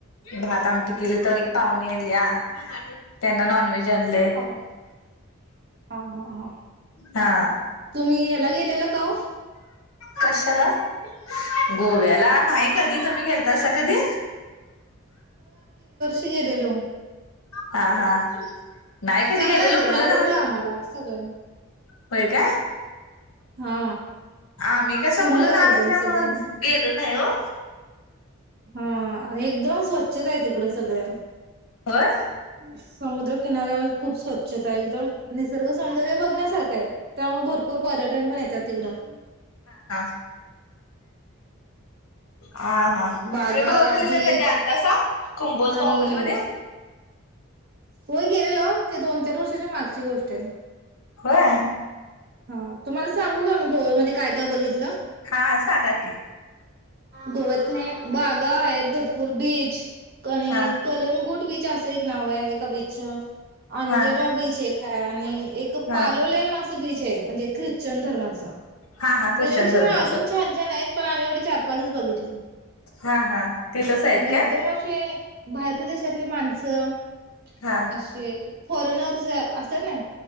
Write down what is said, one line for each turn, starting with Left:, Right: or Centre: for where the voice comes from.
Left: भात आमठी केली तर एक पाहुणे आली या त्यांना नॉनव्हेज आणलय
Right: पा हा ह
Left: हा
Right: तुम्ही याला गेलेलं काह
Left: कशाला ग गोव्याला नाही कधी तुम्ही घेता अस कधी
Right: लेलो
Left: हा हा नाही कधी
Right: चांगलाय
Left: गेलेलो
Right: ते
Left: मुलं
Right: आवडलं
Left: लहान
Right: आम्हाला सगळ्यांना
Left: होय काय?
Right: हा
Left: आम्ही कस
Right: सुंदर
Left: मुलं लहान
Right: एकदम
Left: असल्यामुळ
Right: सगळं
Left: गेल ला हो
Right: हा अ एकदम स्वच्छता आहे तिकड सगळ्यां
Left: हं
Right: समुद्र किनाऱ्यावर खूप स्वच्छता एकदम निसर्ग सौंदर्य बघण्यासारखं आहे त्यामुळे भरपूर पर्यटन पण येत. तिकडं.
Left: हा हा. हा हा
Right: बागा
Left: तर म् बाहुबलीला
Right: बीच
Left: कधी आलता असा कुंभोज
Right: आणि
Left: बाहुबली मध्ये
Right: होय गेलेल ते दोन चार वर्षाची मागची गोष्ट आहे.
Left: होय
Right: हा तुम्हाला सांगू का मी गोव्यामध्ये काय काय बघितलं.
Left: हा सांगा की
Right: गवत कला बागा आहेत भरपूर बीच आणि
Left: हा
Right: कलंगूट बीच असत. एक नाव आहे. का बीच अंजरा
Left: हा
Right: बीच एक ख आणि एक
Left: हा
Right: पालोले म चुकीचं म्हणजे ख्रिश्चन धर्माचा
Left: हा हा ख्रिश्चन
Right: त्याच्या लक्षा
Left: धर्माचं
Right: म अजून छान छान आहेत. पण आम्ही एवढे चार पाच दिस बघितले.
Left: हा हा ते तस आहेत
Right: आणि
Left: का?
Right: एकदम असे बाहेरच्या देशातली माणसं.
Left: हा
Right: असे. फॉरेनर्स असत ना.